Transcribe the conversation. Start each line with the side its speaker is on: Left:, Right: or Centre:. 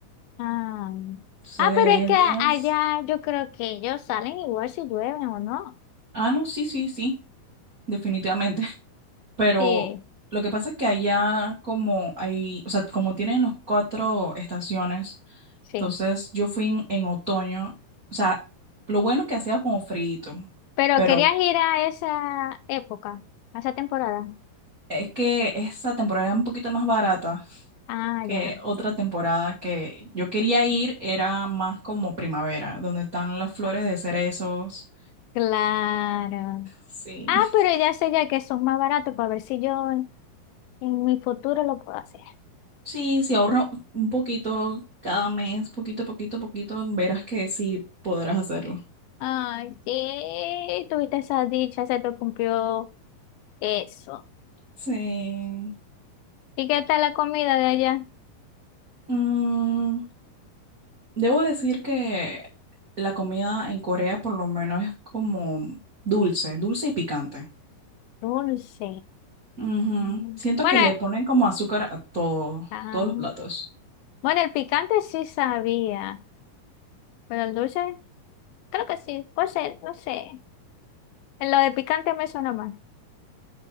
Left: Ah.
Right: Entonces,
Left: Ah, pero
Right: hay
Left: es
Right: 10
Left: que
Right: días.
Left: allá yo creo que ellos salen igual si llueven o no.
Right: Ah, no, sí, sí, sí. definitivamente. <laughs> Pero
Left: Sí,
Right: lo que pasa es que allá como hay, o sea, como tienen los cuatro estaciones,
Left: sí.
Right: entonces yo fui en, en otoño, o sea, lo bueno que hacía como frío,
Left: Pero
Right: pero
Left: querías ir a esa época, a esa temporada.
Right: es que esa temporada era un poquito más barata
Left: Ah,
Right: que
Left: ya.
Right: otra temporada que yo quería ir, era más como primavera, donde están las flores
Left: Ah,
Right: de cerezos.
Left: Claro.
Right: Sí,
Left: Ah, pero ya sé ya que son más baratos para ver si yo en, en mi futuro lo puedo hacer.
Right: sí, si ahorro un poquito cada mes, poquito, poquito, poquito, verás que sí podrás hacerlo.
Left: Ay, sí, tuviste esa dicha, se te cumplió eso.
Right: Sí.
Left: ¿Y qué tal la comida de allá?
Right: Mm, debo decir que la comida en Corea por lo menos es como dulce, dulce y picante.
Left: Dulce.
Right: Ujú.
Left: Mm.
Right: Siento
Left: Bueno,
Right: que le ponen como azúcar a todo,
Left: Ah.
Right: todos los platos.
Left: Bueno, el picante sí sabía, pero el dulce, creo que sí, puede ser, no sé. Lo de picante me suena mal,